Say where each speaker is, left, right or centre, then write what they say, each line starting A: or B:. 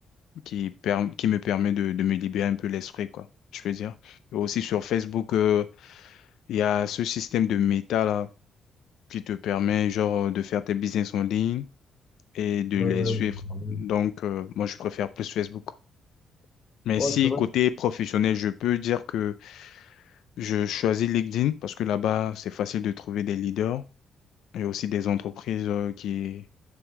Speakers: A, on the left (about 80°); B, on the left (about 25°).
A: qui, perm- qui me permet de, de me libérer un peu l'esprit, quoi, je peux dire. Et aussi sur Facebook, euh, il y a ce système de méta là qui te permet genre de faire tes business en ligne et de
B: euh,
A: les suivre.
B: ah
A: Donc,
B: oui.
A: euh, moi, je préfère plus Facebook, quoi. Mais
B: Ouais,
A: si
B: c'est vrai.
A: côté professionnel, je peux dire que Je choisis LinkedIn parce que là-bas, c'est facile de trouver des leaders et aussi des entreprises euh, qui,